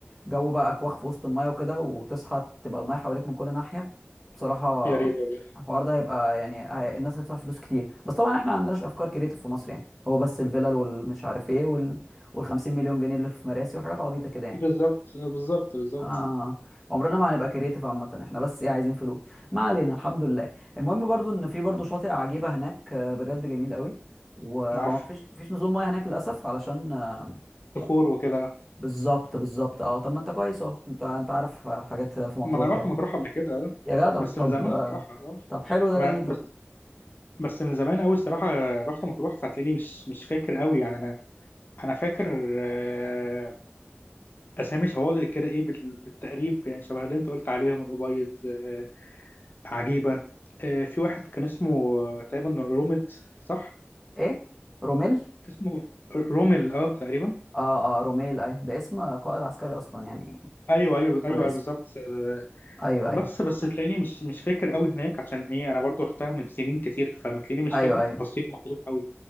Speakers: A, in the centre; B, on the left (about 50°).
A: جو بقى اكواخ في وسط المايه وكده وتصحى تبقى المايه حواليك من كل ناحيه بصراحه
B: يا ريت والله
A: الحوار ده هيبقى يعني هي- الناس هتدفع فلوس كتير بس طبعا احنا ما عندناش افكار كريتيف في مصر يعني هو بس الفيلل والمش عارف ايه وال وال 50 مليون جنيه اللي في مراسي وحاجات عبيطه كده يعني
B: بالظبط بالظبط بالظبط
A: آه عمرنا ما هنبقى كريتيف عامة احنا بس ايه عايزين فلوس ما علينا الحمد لله المهم برضو ان في برضو شاطئ عجيبة هناك آه، بجد جميل قوي وهو
B: عارف
A: مفيش مفيش نزول ميه هناك للاسف علشان آه،
B: صخور وكده
A: بالظبط بالظبط اه طب ما انت كويس اهو انت انت عارف آه، حاجات في مطروح
B: ما انا رحت
A: يعني
B: مطروح قبل كده آه.
A: يا جدع
B: بس
A: طب
B: من زمان
A: آه،
B: الصراحه اه
A: طب حلو ده
B: ما-
A: جميل طب
B: بس بس من زمان قوي الصراحه آه، رحت مطروح فهتلاقيني مش مش فاكر قوي يعني انا انا فاكر آه، اسامي شواطئ كده ايه بال- بالتقريب يعني شبه اللي انت قلت عليهم الابيض آه، عجيبه آه، في واحد كان اسمه آه، تقريبا رومد صح
A: ايه روميل
B: اسمه رومل اه تقريبا
A: اه اه روميل ايوه ده اسم آه، قائد عسكري اصلا يعني
B: ايوه ايوه ايوه
A: على
B: أيوه،
A: اسم
B: بالظبط آه،
A: ايوه
B: بس
A: ايوه
B: بس تلاقيني مش مش فاكر قوي هناك عشان ايه انا برضو رحتها من سنين كتير فمتلاقيني مش
A: ايوه
B: فاكر تفاصيل
A: ايوه
B: مطروح قوي